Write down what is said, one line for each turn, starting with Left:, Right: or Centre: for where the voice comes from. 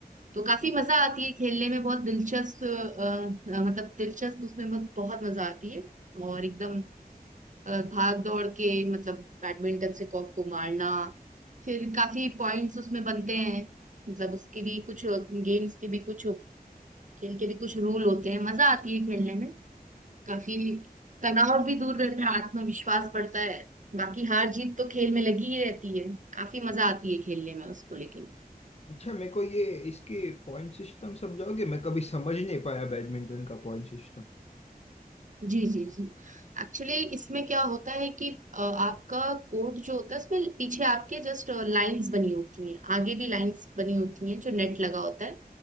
Right: तो काफी मजा आती है खेलने में बहुत दिलचस्प अ, अ, मतलब दिलचस्प उसमें बहुत बहुत मजा आती है और एकदम अ, भाग दौड़ के मतलब बैडमिंटन से कॉक को मारना फिर काफी पॉइंट्स उसमें बनते हैं मतलब उसके भी कुछ गेम्स के भी कुछ खेल के भी कुछ रूल होते हैं मजा आती है खेलने में काफी तनाव भी दूर रहता है आत्मविश्वास बढ़ता है बाकी हार जीत तो खेल में लगी ही रहती है काफी मजा आती है खेलने में उसको लेके
Left: अच्छा मेरे को ये इसके पॉइंट सिस्टम समझाओगे मैं कभी समझ नहीं पाया बैडमिंटन का पॉइंट सिस्टम
Right: जी जी जी एक्चुअली इसमें क्या होता है कि अ, आपका कोड जो होता है इसमें पीछे आपके जस्ट लाइंस बनी होती हैं आगे भी लाइंस बनी होती हैं जो नेट लगा होता है